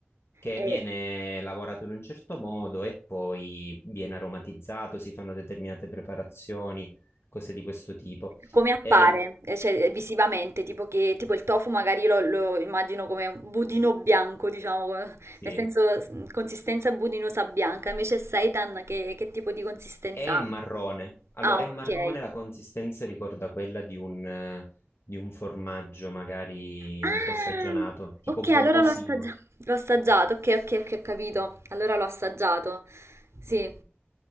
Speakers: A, on the left; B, on the right.
A: che
B: E...
A: viene lavorato in un certo modo e poi viene aromatizzato, si fanno determinate preparazioni, cose di questo tipo.
B: come appare,
A: E,
B: eh, cioè eh, visivamente, tipo che tipo il tofu magari lo, lo immagino come un budino bianco, diciamo, come-
A: sì,
B: nel senso s- consistenza budinosa bianca, invece il seitan che, che tipo di consistenza
A: è marrone.
B: ha?
A: Allora,
B: Ah, ok.
A: è marrone, la consistenza ricorda quella di un, eh, di un formaggio magari
B: Ah,
A: un po' stagionato, tipo
B: ok, allora
A: gommosino.
B: l'ho assaggiato. L'ho assaggiato, ok, ok, ok, ho capito. Allora l'ho assaggiato. Sì.